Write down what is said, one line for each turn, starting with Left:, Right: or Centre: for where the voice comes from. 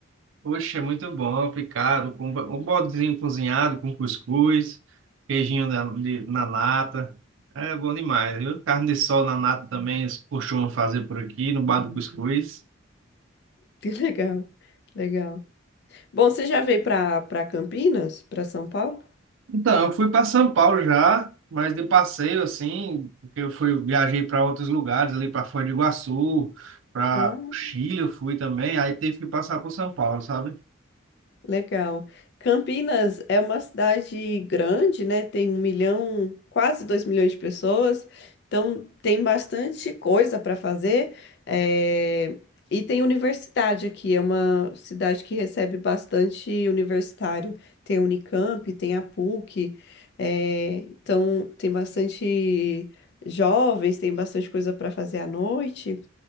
Right: Poxa, é muito bom, picado, com um bo- um bodezinho cozinhado, com cuscuz, queijinho na, de- na nata. É bom demais, viu? Carne de sol na nata também, eles costumam fazer por aqui, no bar do cuscuz.
Left: <laughs> Que legal, legal. Bom, você já veio para para Campinas, para São Paulo?
Right: Então, eu fui para São Paulo já, mas de passeio assim, porque eu fui viajei para outros lugares ali para Foz do Iguaçu, para
Left: Ah.
Right: o Chile eu fui também, aí tive que passar por São Paulo, sabe?
Left: Legal. Campinas é uma cidade grande, né? Tem um milhão, quase dois milhões de pessoas, então tem bastante coisa para fazer. eh, E tem universidade aqui, é uma cidade que recebe bastante universitário. Tem a Unicamp, tem a PUC, eh, então tem bastante jovens, tem bastante coisa para fazer à noite.